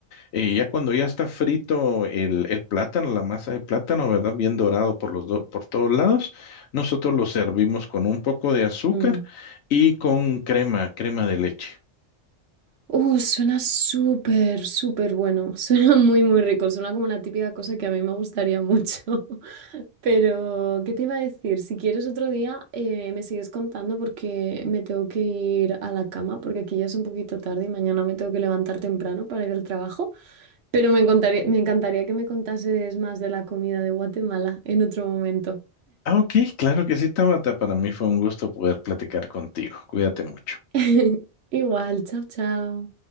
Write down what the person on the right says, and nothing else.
mm.
Uh, suena súper, súper bueno. <laughs> Suena muy, muy rico. Suena como la típica cosa que a mí me gustaría mucho. <laughs> Pero, ¿qué te iba a decir? Si quieres otro día, eh, me sigues contando porque me tengo que ir a la cama, porque aquí ya es un poquito tarde y mañana me tengo que levantar temprano para ir al trabajo. Pero me encantaría, me encantaría que me contases más de la comida de Guatemala en otro momento.
<laughs> Igual, chao, chao.